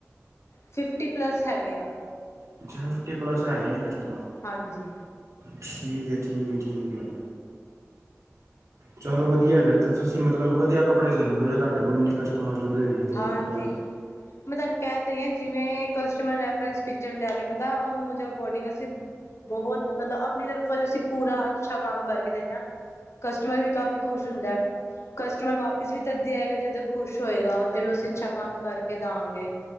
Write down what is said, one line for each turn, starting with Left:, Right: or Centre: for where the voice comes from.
Left: ਫਿਫਟੀ ਪਲੱਸ ਹੈਗੇ ਆ।
Right: ਅੱਛਾ, ਫਿਫਟੀ ਪਲੱਸ ਹੈਗੇ ਨੇ ਕਸਟਮਰ।
Left: ਹਾਂਜੀ।
Right: ਠੀਕ ਐ-ਠੀਕ ਐ-ਠੀਕ ਐ। ਚਲੋ ਵਧੀਆ ਫਿਰ ਤੇ, ਤੁਸੀਂ ਮਤਲੱਬ ਵਧੀਆ ਕੱਪੜੇ ਸੀਂਦੇ ਹੋ, ਜੇ ਤੁਹਾਡੇ ਕੋਲ ਇਨੇ ਕਸਟਮਰ ਕਸਟਮਰ ਜੁੜੇ ਹੋਏ ਨੇ ਤੇ
Left: ਹਾਂਜੀ
Right: ਮਤਲਬ।
Left: ਮੈਂ ਤੁਹਾਨੂੰ ਕਹਿ ਤੇ ਰਹੀ ਆਂ ਜਿਵੇਂ ਕਸਟਮਰ ਰੇਫਰੈਂਸ ਪਿਕਚਰ ਲਿਆ ਕੇ ਦਿੰਦਾ, ਓਹਨੂੰ ਉਹਦੇ ਅਕੋਰਡਿੰਗ ਅਸੀਂ ਬਹੁਤ ਮਤਲੱਬ ਆਪਣੀ ਤਰਫੋਂ ਅਸੀਂ ਪੂਰਾ ਅੱਛਾ ਕੰਮ ਕਰਕੇ ਦਿੰਨੇ ਆਂ। ਕਸਟਮਰ ਵੀ ਕਾਫੀ ਖੁਸ਼ ਹੁੰਦਾ ਐ, ਕਸਟਮਰ ਵਾਪਿਸ ਵੀ ਤਦੇ ਆਏਗਾ ਜਦੋਂ ਖੁਸ਼ ਹੋਏਗਾ। ਜਿਹਨੂੰ ਅਸੀਂ ਅੱਛਾ ਕੰਮ ਕਰਕੇ ਦਾਂਗੇ।